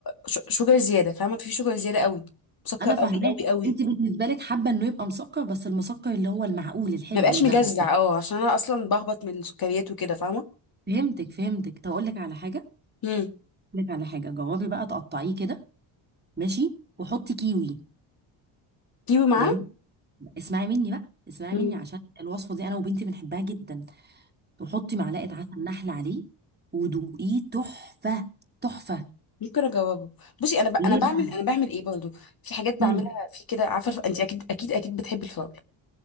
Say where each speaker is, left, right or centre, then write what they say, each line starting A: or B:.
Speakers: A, on the left; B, on the right.
A: ش- شوجر زياده فاهمه في شوجر زياده قوي مسكر
B: انا
A: قوي
B: فاهماك
A: قوي قوي
B: انت بالنسبه لك حابه انه يبقى مسكر بس المسكر اللي هو المعقول الحلو
A: ما بقاش
B: المقبول
A: مجزع اه عشان انا اصلا بهبط من السكريات وكده فاهمه
B: فهمتك فهمتك طب اقول لك على حاجه
A: امم
B: اقول لك على حاجه جربي بقى تقطعيه كده ماشي وحطي كيوي
A: كيوي معاه
B: جميل اسمعي مني بقى اسمعي
A: امم
B: مني عشان الوصفه دي انا وبنتي بنحبها جدا وحطي معلقه عسل نحل عليه ودوقيه تحفه تحفه
A: ممكن اجاوبه بصي انا ب... انا
B: ليه
A: بعمل
B: بقى
A: انا بعمل ايه برضه في حاجات
B: مم.
A: بعملها في كده عارفه الف- انت اكيد اكيد اكيد بتحبي الفراوله